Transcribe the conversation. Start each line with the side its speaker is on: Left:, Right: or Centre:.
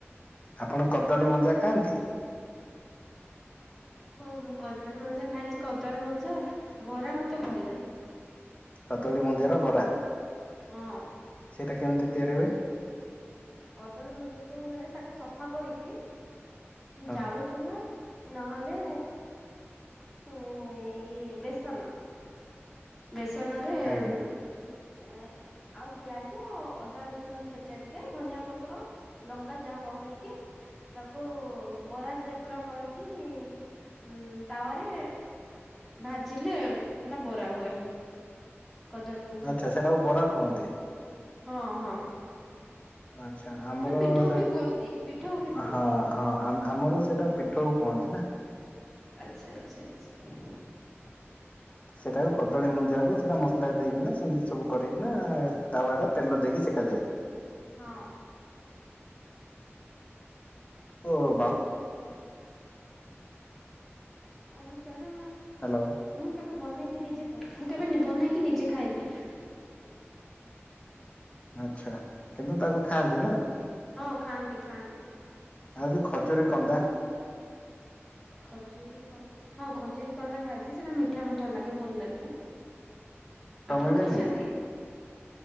Left: ଆପଣ କଦଳୀ ମଞ୍ଜା ଖାଆନ୍ତି?
Centre: ହଁ ମୁଁ କଦଳୀ ମଞ୍ଜା ଖାଇଛି। କଦଳୀ ମଞ୍ଜା ବରା ମତେ ଭଲ ଲାଗେ।
Left: କଦଳୀ ମଞ୍ଜାର ବରା।
Centre: ହଁ।
Left: ସେଇଟା କେମିତି ତିଆରି ହୁଏ?
Centre: କଦଳୀ ମଞ୍ଜା ଯୋଉ ମିଳେ ତାକୁ ସଫା କରିକି
Left: ହଁ
Centre: ଚାଉଳ ଚୁନା ନହେଲେ ଇଏ ବେସନ। ବେସନରେ ଏ
Left: ଆଜ୍ଞା
Centre: ଉଁ ଏ ଆଉ ପିଆଜ ଅଦା ରସୁଣ ଛେଚା ଟିକେ ଧନିଆ ପତ୍ର। ଲଙ୍କା ଯାହା ପକେଇକି ତାକୁ ବରା ସେପ ର କରିକି ଉଁ ତାୱାରେ ଭାଜିଲେ ହେଟା ବରା ହୁଏ। କଦଳୀ ମଞ୍ଜା
Left: ଆଚ୍ଛା
Centre: ବରା
Left: ସେଟାକୁ କୁହନ୍ତି
Centre: ହଁ ହଁ।
Left: ଆଚ୍ଛା ଆମର
Centre: ସେଟା ପିଠଉ
Left: ସେଠ
Centre: ବି କୁହନ୍ତି
Left: ହଁ।
Centre: ପିଠଉ ବି କୁହନ୍ତି
Left: ହଁ ଆ-ଆ-ଆମର ସେଇଟା ପୀଠଉ କୁହନ୍ତି ନା।
Centre: ଆଚ୍ଛା ଆଚ୍ଛା ଆଚ୍ଛା।
Left: ସେଟାକୁ କଦଳୀ ମଞ୍ଜାକୁ ସେଟା ମସଲା ଦେଇକିନା ସେମିତି ସବୁ କରିକିନା ତାୱାରେ ତେଲ ଦେଇକି ସେଖାଯାଏ।
Centre: ହଁ।
Left: ଓ ବା
Centre: ଅଁ ସେଟା
Left: ହାଲୋ।
Centre: ମୁଁ କେବେ ବନେଇକି ନିଜେ ଖା ମୁଁ କେବେ ବନେଇକି ନିଜେ ଖାଏନି।
Left: ଆଛା କିନ୍ତୁ ତାକୁ ଖାଆନ୍ତି ନା।
Centre: ହଁ ଖାଆନ୍ତି ଖାଆନ୍ତି।
Left: ଆଉ ସେ ଖଜୁରୀ କନ୍ଦା।
Centre: ଖଜୁରୀ କନ୍ଦା ହଁ ଖଜୁରୀ କନ୍ଦା ଖାଇଛି ସେଇଟା ମିଠା ମିଠା ଲାଗେ ଭଲ ଲାଗେ।
Left: ତମେ
Centre: ଆପଣ
Left: ମିଳେନି
Centre: ଖାଇଛନ୍ତି
Left: କି?